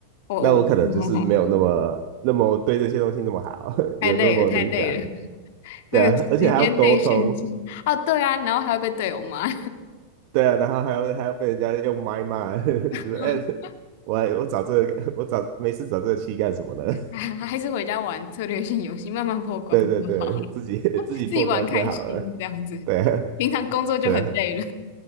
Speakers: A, on the left (about 65°); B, on the right (about 55°).
A: 哦哦，
B: 那我可能就是没有那么那么对这些东西那么好，
A: <laughs>
B: <laughs>
A: 太累了，
B: 有那么灵感。
A: 太累了，那个时间内限制。
B: 对啊，而且还要沟通，
A: 哦，对啊，然后还要被队友骂，
B: 对啊，然后还要还要被人家用麦骂，<laughs> 就是哎、
A: <laughs>
B: 我还我找这个，我找没事找这个气干什么呢？<laughs>
A: 还还是回家玩策略性游戏，慢慢破关就好，
B: 对对对，自己 <laughs> 自己破关就好了，
A: 自己玩开心这样子。
B: 对啊
A: 平常工作就很累了，
B: 对啊